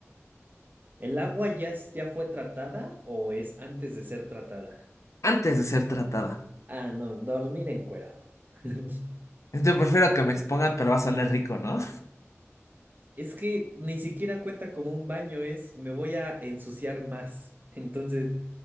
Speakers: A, on the right; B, on the left.
A: ¿El agua ya, es- ya fue tratada o es antes de ser tratada?
B: Antes de ser tratada.
A: Ah, no, dormir encuerado. <laughs>
B: Entonces prefiero que me expongan, pero va a salir rico, ¿no?
A: Es que ni siquiera cuenta como un baño, es me voy a ensuciar más. <laughs> Entonces,